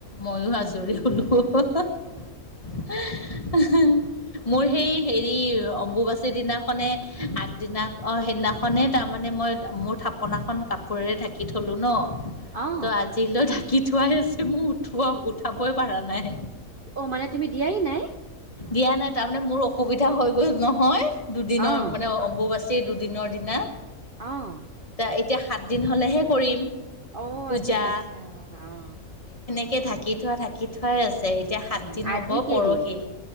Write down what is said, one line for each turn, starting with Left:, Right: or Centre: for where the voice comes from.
Left: মইও আজৰি হলোঁ ওহোঁ ওহোঁ ওহোঁ আহ <inaudible> মোৰ সেই হেৰি, অম্বুবাচীৰ দিনাখনে আগদিনা অ সেইদিনাখনে তাৰমানে মই মোৰ থাপনাখন কাপোৰেৰে ঢাকি থলোঁ ন
Right: অ, -
Left: তো আজিলৈ ঢাকি থোৱাই আছে। মোৰ উঠোৱা উঠাবই পৰা নাই।
Right: অ, মানে তুমি দিয়াই নাই।
Left: দিয়া নাই, তাৰমানে মোৰ অসুবিধা হৈ গ'ল নহয়। দুদিনৰ
Right: অ',
Left: মানে অম্বু বাছি সেই দুদিনৰ দিনা
Right: অঁ
Left: তে এতিয়া সাত দিন হলেহে কৰিম।
Right: অ
Left: পূজা
Right: আচ্ছা, আচ্ছা অ
Left: এই ঢাকি থোৱা, ঢাকি থোৱাই আছে, এতিয়া সাতদিন
Right: আজি
Left: হ'ব
Right: কেইদিন?
Left: পৰহি